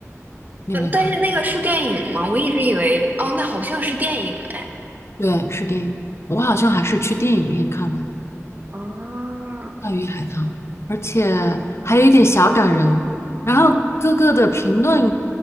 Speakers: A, on the left; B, on the right.
A: 你有没有看？
B: 嗯，但是那个是电影吗？我一直以为，哦，那好像是电影哎。
A: 对，是电影，我好像还是去电影院看的。
B: 啊，
A: 大鱼海棠，而且还有一点小感人。然后各个的评论，